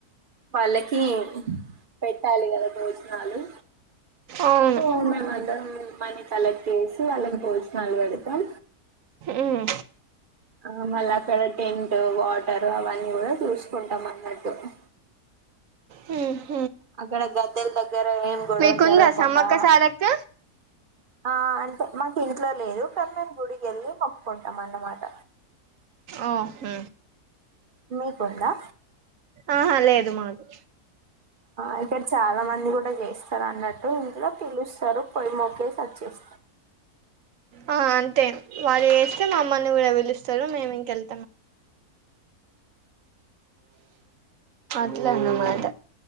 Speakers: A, on the right; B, on the right.
A: వాళ్ళకి పెట్టాలి కదా భోజనాలు
B: అవును
A: సో మేం అద్దం మనీ కలెక్ట్ చేసి వాళ్ళకి భోజనాలు పెడతాం
B: ఉమ్
A: ఆ మళ్ళ అక్కడ టెంట్ వాటర్ అవన్నీ కూడా చూసుకుంటాం అన్నట్టు టు
B: మ్మ్
A: అక్కడ గద్దల్ దగ్గర ఏం గొడవ
B: మీకుందా
A: జరగకుండా
B: సమ్మక్క సారక్క
A: ఆ అంతే మాకు ఇంట్లో లేదు కానీ మేము గుడికి ఎళ్ళి మొక్కుకుంటం అన్నమాట
B: ఓ అహ
A: మీకుందా
B: ఆహా లేదు మాకు
A: ఆ ఇక్కడ చాలా మంది కూడా చేస్తారు అన్నట్టు ఇంట్లో పిలుస్తారు పో మొకేసి అచ్చేతం
B: ఆ అంతే వారు చేస్తే మమ్మలి కూడా పిలుస్తారు మేము ఇంకెల్ అట్లన్న మాట